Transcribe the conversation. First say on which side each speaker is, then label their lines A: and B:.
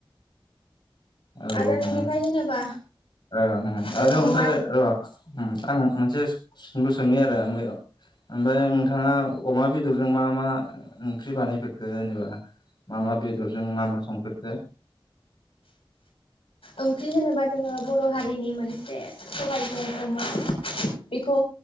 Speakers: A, on the left; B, on the left.
A: औ
B: आरो
A: औ होम
B: बेनिफ्राय होनोबा
A: ओ ओ होम
B: जोङो
A: आरो ओमफ्राय
B: अमा
A: ओ होम आं मोनसे सोंलु सोंनि आरो ओम ओमफ्राय नोंथाङा अमा बेदरजों मा मा ओंख्रि बानायफेरखो जेनेबा? मा मा बेदरजों मा मा संफेरखो?
B: ओंख्रि होनोबा जोङो बर' हारिनि मोनसे सबायजोंं अमा बेखौ